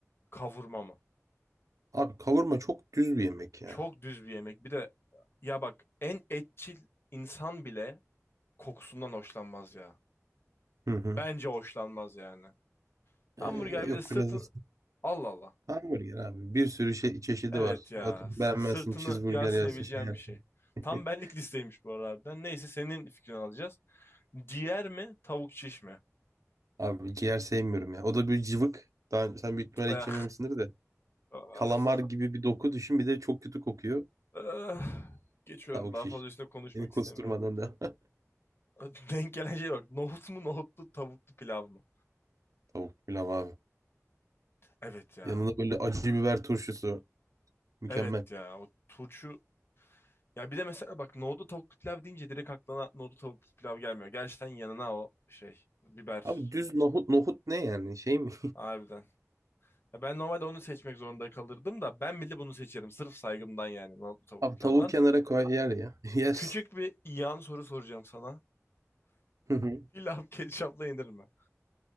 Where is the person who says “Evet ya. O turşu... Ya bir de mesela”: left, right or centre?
Left